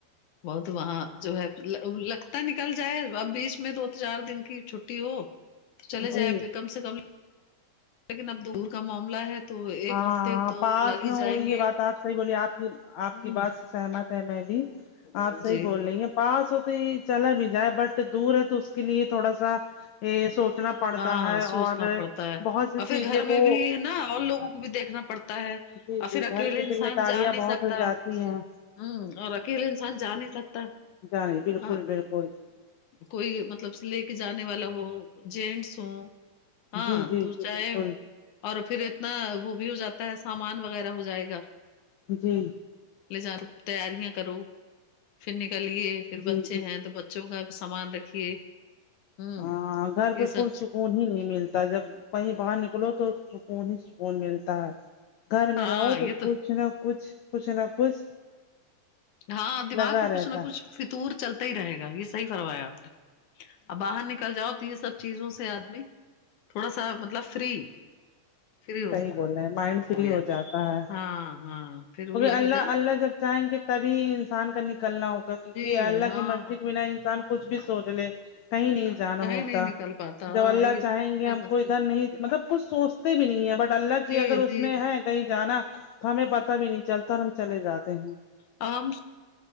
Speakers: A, on the left; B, on the left.
A: بہت وہاں جو ہے لگتا نکل جائے اب بیچ میں دو چار دن کی چھٹی ہو تو چلے
B: جی
A: جائے کم سے کم لیکن اب دور کا معاملہ ہے تو ایک
B: ہاں
A: ہفتے تو
B: پاس
A: لگ ہی
B: میں
A: جائیں
B: ہو رہی
A: گے
B: یہ بات آپ صحیح بولیے آپ
A: ہ
B: کی بات سے سہمت ہے میں بھی آپ صحیح
A: جی
B: بول رہی ہے پاس ہو توای چلا بھی جائے بٹ دور ہے تو اس کے لیے تھوڑا سا یہ سوچنا پڑتا
A: ہاں
B: ہے
A: سوچنا
B: اور
A: پڑتا ہے
B: بہت سی
A: اور پھر
B: چیزیں
A: گھر
B: کو
A: میں بھی نا اور لوگوں کو بھی دیکھنا پڑتا ہے
B: جی
A: اور پھر
B: جی گھر
A: اکیلے
B: کی
A: انسان
B: ذمہ داریاں
A: جا نہیں
B: بہت
A: سکتا
B: ہو جاتی
A: ہوں
B: ہیں
A: اور اکیلے انسان جا نہیں سکتا
B: جانی بالکل
A: ہاں
B: بالکل
A: کوئی مطلب لے کے جانے والا ہو جینٹس ہوں ہاں
B: جی جی
A: تو
B: جی
A: چاہے
B: بالکل
A: اور پھر اتنا وہ بھی ہو جاتا ہے سامان وغیرہ ہو جائے گا
B: جی
A: لے جا تیاریاں کرو پھر نکل گئے گیے پھر
B: جی
A: بچے
B: جی
A: ہیں تو بچوں کا بھی سامان رکھیے ہوں
B: ہاں گھر
A: یہ
B: پہ
A: سب
B: پر سکون ہی نہیں ملتا جب کہیں باہر نکلو تو سکون ہی سکون ملتا ہے گھر
A: ہاں
B: میں رہو
A: یہ
B: تو کچھ نہ کچھ کچھ نہ کچھ
A: ہاں دماغ
B: لگا
A: میں
B: رہتا
A: کچھ نہ
B: ہے
A: کچھ فتور چلتا ہی رہے گا یہ صحیح فرمایا آپ نے ا ب باہر نکل جاؤ تو یہ سب چیزوں سے آدمی تھوڑا سا مطلب فری فری ہو
B: صحیح بول رہے ہیں مائنڈ فری
A: گیا
B: ہو جاتا ہے
A: ہاں ہاں پھر وہ لگے
B: اللہ
A: گا
B: اللہ جب چاہیں گے تبھی انسان کا نکلنا ہوگا کیونکہ
A: جی
B: اللہ
A: ہاں
B: کی مرضی
A: ہاں
B: کے بنا انسان کچھ بھی سوچ لے کہیں نہیں جانا
A: نہیں
B: ہوتا
A: نہیں نکل پاتا
B: جب اللہ
A: یہ
B: چاہیں گے
A: تک
B: ہم
A: اثر-
B: کو ادھر نہیں مطلب کچھ سوچتے بھی نہیں ہے بٹ اللہ کی
A: جی
B: اگر اس
A: جی
B: میں ہے کہیں جانا تو ہمیں پتا بھی نہیں چلتا ہم چلے جاتے ہیں
A: آامش <unintelligible>